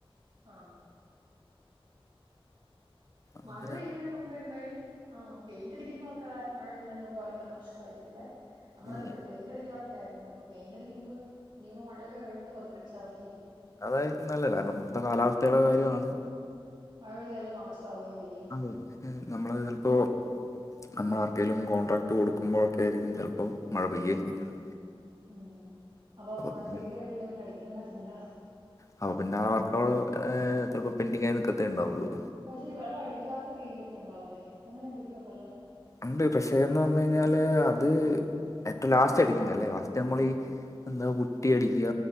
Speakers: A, on the right; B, on the left.
A: ആഹ്
B: അങ്ങനെ
A: മഴ പെയ്യുന്നതിന് മുമ്പ് എന്തായാലും. ആഹ് പെയിന്റ്ടിക്കുന്നത് ഒക്കെ മഴ പെയ്യുന്നതിന് മുൻപേ ഭയങ്കര നഷ്ടമായിരിക്കും അല്ലെ, നമ്മുടെ
B: ഉം
A: വീട്. പെയിന്റ് അടിക്കാനൊക്കെ ആയിട്ടുണ്ട് അപ്പോ പെയിന്റ്ടിക്കുന്നത് ഇനിയിപ്പോ മഴയൊക്കെ കഴിഞ്ഞിട്ട് പതുക്കെ അടിച്ചാൽ മതിയായിരിക്കും.
B: അതായിരിക്കും നല്ലത്, കാരണം ഇപ്പത്തെ കാലാവസ്ഥയുടെ കാര്യയാണ്.
A: മഴപെയ്താൽ എല്ലാ നാശം. ആവുകയും ചെയ്യും.
B: അതെ നമ്മള് ചിലപ്പോ. നമ്മൾ ആർക്കേലും കോൺട്രാക്ട് കൊടുക്കുമ്പോഴൊക്കെ ആയിരിക്കും, ചിലപ്പോൾ മഴ പെയ്യുകയും ചെയ്യുന്നു.
A: ഉം അപ്പൊ മഴ
B: പിന്നെ
A: പെയ്തു കഴിഞ്ഞാൽ പിന്നെ അടിക്കാനും പറ്റത്തില്ല.
B: അപ്പോ പിന്നെ ആഹ് വർക്ക്‌ അവിടെ ആഹ് ചിലപ്പോൾ പെന്റിങ് ആയി നിൽക്കത്തേ ഉണ്ടാവുള്ളൂ.
A: പക്ഷേ വെള്ളം അടിക്കാത്ത പെയിന്റ് ഒക്കെ ഉണ്ടാവൂലേ, അങ്ങനെ എന്തൊക്കെയോ ഉണ്ടല്ലോ.
B: ഉണ്ട് പക്ഷേ എന്ന് പറഞ്ഞു കഴിഞ്ഞാല് അത് ഏറ്റവും ലാസ്റ്റ് അടിക്കുന്നല്ലേ ഫസ്റ്റ് നമ്മളെ ഈ. എന്താ പുട്ടി അടിക്കുക